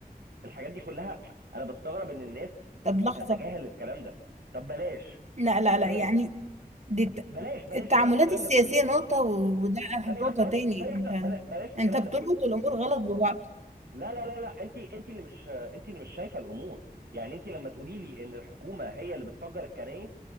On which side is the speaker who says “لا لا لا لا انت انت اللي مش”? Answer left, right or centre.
Right